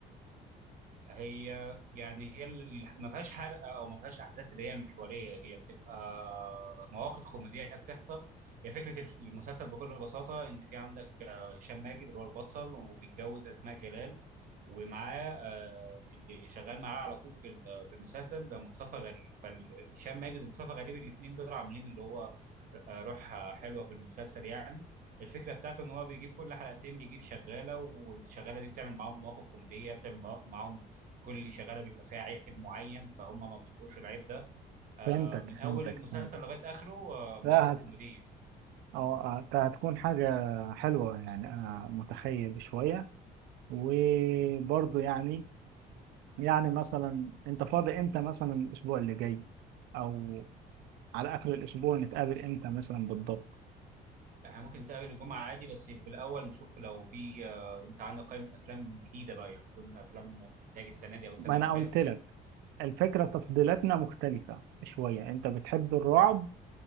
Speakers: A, on the right; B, on the right.
A: هي يعني هي ال- ما فيهاش حرق او ما فيهاش احداث اللي هي محوريه هي بتبقى مواقف كوميديه بتحصل هي فكره الف- المسلسل بكل بساطه ان في عندك آه، هشام ماجد اللي هو البطل ومتجوز اسماء جلال ومعاه آه، اللي شغال معاه على طول في ال- آه، في المسلسل مصطفى غريب فهشام ماجد ومصطفى غريب الاثنين دول عاملين اللي هو آه، روح آه، حلوه في المسلسل يعني الفكره بتاعته ان هو بيجيب كل حلقتين بيجيب شغاله والشغاله دي بتعمل معاهم مواقف كوميديه بتعمل معاهم كل شغاله بيبقى فيها عيب معين فهم ما بيطلقوش العيب ده آه،
B: فهمتك
A: من اول
B: فهمتك
A: المسلسل
B: فهمتك
A: لغايه اخره آه، مواقف
B: لا هت...
A: كوميديه م.
B: أو آه، ده هتكون حاجة حلوة يعني أنا متخيل شوية وبرضه يعني يعني مثلا أنت فاضي إمتى مثلا الأسبوع اللي جاي أو على آخر الأسبوع نتقابل إمتى مثلا بالضبط
A: احنا ممكن نتقابل الجمعه عادي بس في الاول نشوف لو في آه، انت عندك قائمه افلام جديده بقى يعني تكون افلام انتاج السنه دي او السنه
B: ما أنا
A: اللي
B: قلت
A: فاتت
B: لك الفكرة تفضيلاتنا مختلفة شوية أنت بتحب الرعب